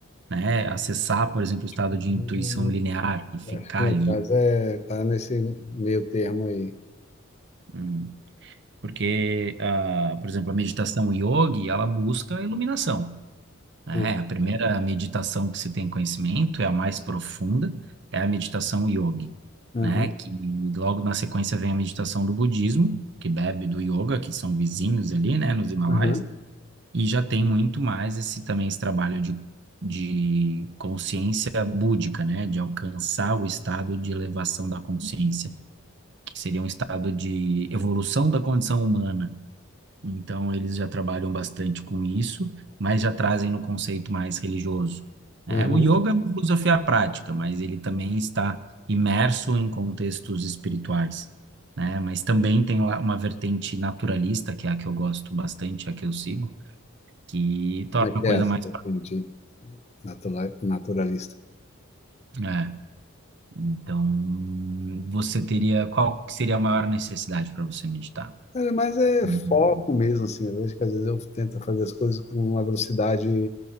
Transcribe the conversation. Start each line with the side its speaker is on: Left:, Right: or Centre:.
Right: né? Acessar, por exemplo, o estado
Left: Hum,
Right: de intuição linear e ficar
Left: Acho que meu
Right: ali.
Left: caso é tá nesse meio termo aí.
Right: hum, porque, ah, por exemplo, a meditação yogi, ela busca a iluminação, né?
Left: ah
Right: A primeira meditação que se tem conhecimento é a mais profunda, é a meditação yogi,
Left: Aham,
Right: né? Que logo na sequência vem a meditação do budismo, que bebe do yoga, que são vizinhos ali, né, nos Himalaias,
Left: aham,
Right: e já tem muito mais esse também esse trabalho de de consciência búdica, né, de alcançar o estado de elevação da consciência, que seria um estado de evolução da condição humana, então, eles já trabalham bastante com isso, mas já trazem no conceito mais religioso. né?
Left: aham.
Right: O yoga é uma filosofia prática, mas ele também está imerso em contextos espirituais, né? Mas também tem lá uma vertente naturalista, que é a que eu gosto bastante, a que eu sigo, que torna
Left: Como é que
Right: a coisa
Left: é essa,
Right: mais prática.
Left: gente natura- naturalista?
Right: É, então, você teria, qual que seria a maior necessidade para você meditar?
Left: É, mas é
Right: Hum,
Left: foco mesmo, assim. Eu vejo que às vezes eu tento fazer as coisas com uma velocidade